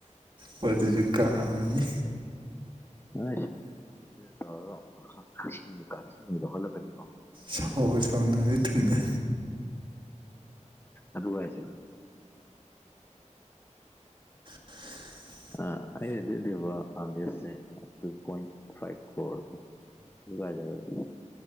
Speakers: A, on the right; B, on the left.
A: ꯄꯗꯨꯁꯨ ꯀꯥꯃꯤꯅꯤ
B: ꯑ ꯁꯔ ꯀꯆꯤꯡꯗ ꯍꯣꯠꯂꯛꯀꯅꯤꯕꯣ
A: ꯁꯥꯎ ꯁꯥꯎꯅ ꯊꯨꯡꯅ
B: ꯑꯗ ꯀ ꯆ
A: <unintelligible>
B: ꯑ ꯑꯩꯟꯗꯁꯦ ꯇꯨꯟ ꯐꯥꯏꯚ ꯦꯦ